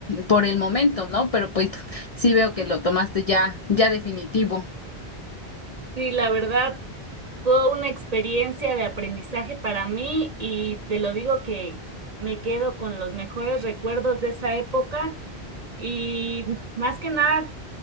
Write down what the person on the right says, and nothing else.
Sí, la verdad fue una experiencia de aprendizaje para mí y te lo digo que me quedo con los mejores recuerdos de esa época y más que nada